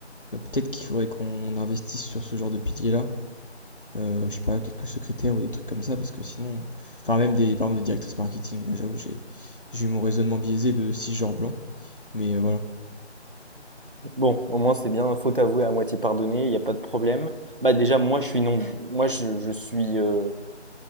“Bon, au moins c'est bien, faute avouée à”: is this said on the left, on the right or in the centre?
Right